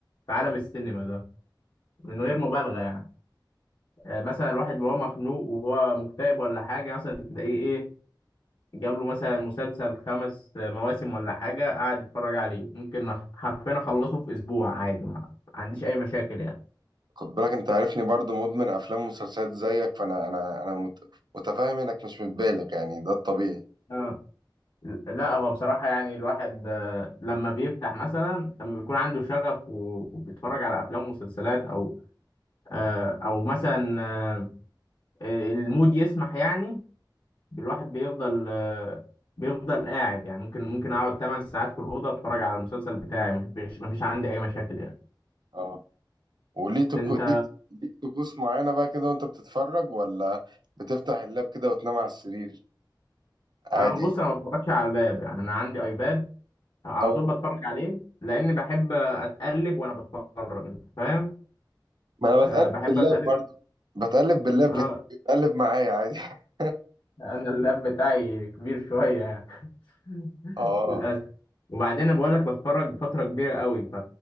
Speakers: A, on the left (about 55°); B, on the right (about 60°).
A: في عالم السينما ده من غير مبالغه يعني أه مثلا الواحد وهو مخنوق وهو مكتئب ولا حاجه مثلا تلاقيه ايه جاب له مثلا مسلسل خمس مواسم ولا حاجه قاعد يتفرج عليه ممكن حرفيا اخلصه في اسبوع عادي ما عنديش اي مشاكل يعني
B: خد بالك أنت عارفني برضو مدمن أفلام ومسلسلات زيك فأنا أنا أنا مت- متفاهم إنك مش متبالغ يعني ده الطبيعي
A: اه لا هو بصراحة يعني الواحد آه، لما بيفتح مثلا لما بيكون عنده شغف و- وبيتفرج على أفلام ومسلسلات أو آه، أو مثلا آه، المود يسمح يعني الواحد بيفضل آه، بيفضل قاعد يعني ممكن ممكن أقعد 8 ساعات في الأوضة أتفرج على المسلسل بتاعي مفيش مفيش عندي أي مشاكل يعني
B: آه. وليه طقو-
A: أنت
B: ليك ليك طقوس معينة بقى كده وانت بتتفرج ولا بتفتح اللاب كده وتنام على السرير عادي
A: آه، بص أنا ما بتفرجش على اللاب يعني أنا عندي أيباد على
B: اه
A: طول بتفرج عليه لأن بحب أتقلب وأنا بتفرج أنت فاهم؟
B: ما انا
A: آه،
B: بتقلب
A: بحب
B: باللاب
A: أتقلب
B: برضه بتقلب باللاب
A: اه
B: بت- بتقلب معايا عادي <laughs>
A: انا اللاب بتاعي كبير شويه يعني <laughs>
B: اه
A: للاسف وبعدين بقول لك بتفرج فتره كبيره قوي ف...